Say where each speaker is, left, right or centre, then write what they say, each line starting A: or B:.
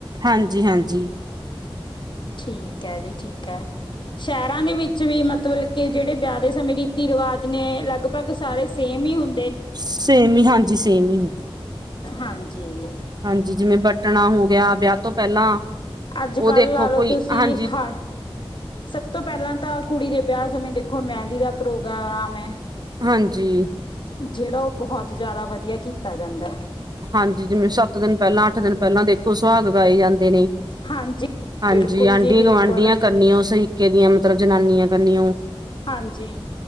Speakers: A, on the right; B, on the left.
A: ਹਾਂਜੀ ਹਾਂਜੀ।
B: ਠੀਕ ਐ ਜੀ ਠੀਕ ਐ। ਸ਼ਹਿਰਾਂ ਦੇ ਵਿੱਚ ਵੀ, ਮਤਬਲ ਕੇ ਜਿਹੜੇ ਵਿਆਹ ਦੇ ਸਮੇਂ ਰੀਤੀ ਰਿਵਾਜ ਨੇ ਲਗਭਗ ਸਾਰੇ ਸੇਮ ਹੀ ਹੁੰ
A: ਸੇਮ ਹੀ ਹਾਂਜੀ, ਸੇਮ ਹੀ ਹੁੰਦੇ ਨੇ
B: ਹਾਂਜੀ
A: ਹਾਂਜੀ, ਜਿਵੇਂ ਬ ਕੱਟਣਾ ਹੋ ਗਿਆ ਵਿਆਹ ਤੋਂ ਪਹਿਲਾਂ,
B: ਅੱਜ
A: ਉਹ
B: ਕੱਲ੍ਹ
A: ਦੇਖੋ
B: ਲਾ ਲਓ
A: ਕੋਈ
B: ਤੁਸੀਂ
A: ਹਾਂਜੀ।
B: ਹਰ ਸਭ ਤੋਂ ਪਹਿਲਾਂ ਤਾਂ ਕੁੜੀ ਦੇ ਵਿਆਹ ਸਮੇਂ ਦੇਖੋ, ਮਹਿੰਦੀ ਦਾ ਪ੍ਰੋਗਰਾਮ ਐ
A: ਹਾਂਜੀ।
B: ਜਿਹੜਾ ਉਹ ਬਹੁਤ ਜ਼ਿਆਦਾ ਵਧੀਆ ਕੀਤਾ ਜਾਂਦਾ ਹੈ।
A: ਹਾਂਜੀ, ਜਿਵੇਂ ਸੱਤ ਦਿਨ ਪਹਿਲਾਂ ਅੱਠ ਦਿਨ ਪਹਿਲਾਂ, ਦੇਖੋ ਸੁਹਾਗ ਗਾਏ ਜਾਂਦੇ ਨੇ।
B: ਹਾਂਜੀ।
A: ਹਾਂਜੀ,
B: ਬਿਲਕੁਲ
A: ਆਂਢੀ
B: ਜੀ ਬਿਲਕੁਲ
A: ਗੁਆਂਢੀਆਂ ਕਰਨੀਆ, ਉਹ ਸ਼ਰੀਕੇ ਦੀਆਂ ਮਤਲਬ ਜਨਾਨੀਆਂ ਕਰਨੀਆ, ਉਹ
B: ਜੀ